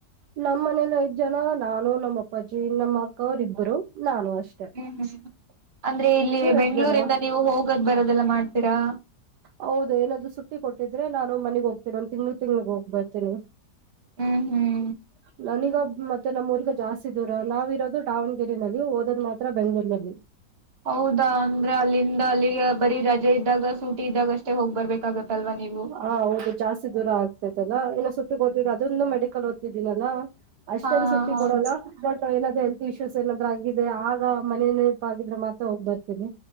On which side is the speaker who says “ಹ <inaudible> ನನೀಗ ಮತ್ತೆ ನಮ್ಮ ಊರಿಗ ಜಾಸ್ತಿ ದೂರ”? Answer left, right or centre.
Right